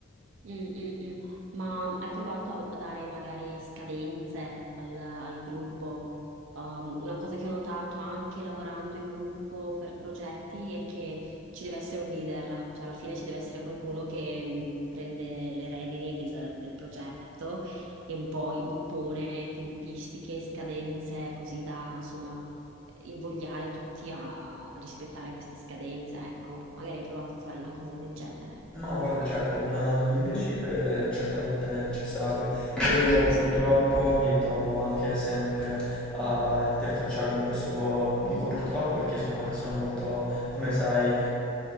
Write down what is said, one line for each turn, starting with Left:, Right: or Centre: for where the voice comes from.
Right: Mm, mm, mm. Ma hai provato a a dare magari scadenze al, al gruppo? Um, una cosa che ho notato anche lavorando in gruppo per progetti è che ci deve essere un leader, cioè alla fine ci deve essere qualcuno che mm, prende le redini del, del progetto e un po' impone tempistiche, scadenze, così da insomma invogliare tutti a rispettare queste scadenze. Ecco, magari hai provato a fare una cosa del genere.
Centre: No, guarda, certo, una, una leadership è certamente necessaria e io purtroppo
Right: Sì.
Centre: mi ritrovo anche sempre a interfacciarmi in questo ruolo. Dico purtroppo perché sono una persona molto, come sai,